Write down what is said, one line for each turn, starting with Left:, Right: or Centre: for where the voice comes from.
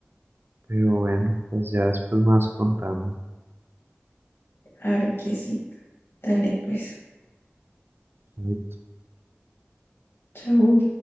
Right: Pero bueno, pues ya después más contando.
Left: Claro que sí. Dale, pues.
Right: Dale.
Left: Chau.